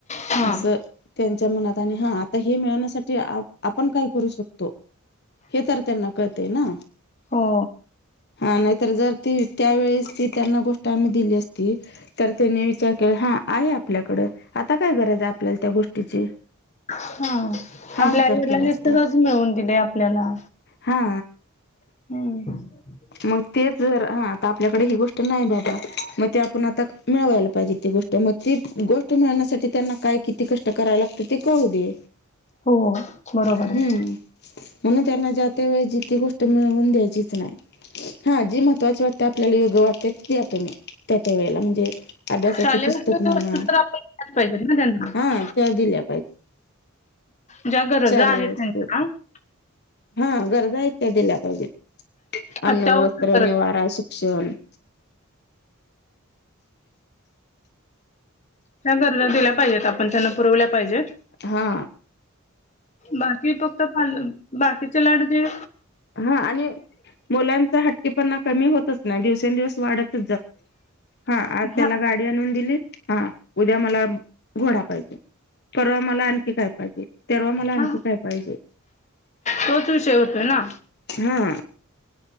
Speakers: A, on the left; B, on the left.
A: हा
B: असं त्यांच्या मनात आणि हा आता हे, मिळवण्यासाठी आपण काय करू शकतो. हे तर त्यांना कळते ना
A: हो
B: हा नाहीतर जर ती त्यावेेळेस ती त्यांना, गोष्ट आम्ही दिली असती तर त्यानी विचार हा आहे आपल्याकडे आता काय गरज आहे, आपल्याला त्या गोष्टीची
A: हा
B: हा
A: आपल्या
B: विचार
A: आईडला
B: केला असता
A: नसतसच, मिळून दिले आपल्याला
B: हा
A: हम्
B: मग तेच जर हा आता, आपल्याकडे ही गोष्ट नाही बाबा मग ते आपण आता मिळवायला पाहिजे ते गोष्ट तर मग ती गोष्ट मिळवण्यासाठी, त्यांना काय किती कष्ट करायला, लागत ते कळू दे
A: हो बरोबर
B: हम्म
A: आहे
B: म्हणून त्यांना जात वे जिे गोष्ट मिळवून द्यायचीच नाही हा जी महत्वाची वाटते, आपल्याला योग वाटते त द्या तु म्ही त्या त्या वेळेला म्हणजे अभ्यासाचं
A: शालेय
B: पुस्तक
A: उपयोगी
B: म्हणा
A: वस्तू तर आपण दिल्याच पाहिजेत ना त्यांना
B: हा त्या दिल्या
A: ज्या गरजा
B: ले
A: आहेत
B: वस्तू
A: त्यांच्या
B: हा गरजा आहेत त्या दिल्या पाहिजेत अन्नवत्र
A: अत्यावश्यक गरजा
B: निवारा शिक्षण <inaudible>
A: त्या गरजा दिल्या पाहिजेत, आपण त्यांना पुरवल्या पाहिजेत
B: हा.
A: बाकी फक्त फ बाकीचे लाडूचेे
B: हा आणि मुलांचा हट मुलांचा हट्टीपणा कमी होतच नाही, दिवसेंदिवस वाढत ह आ त्या
A: हा
B: आण दिली हा उद्या मला घोड पाहिजे परवा मला आणखी काय पाहिजे, तेरव मला
A: हा
B: आणखी काय पाहिजे.
A: तोच विषय होतोय ना
B: हा.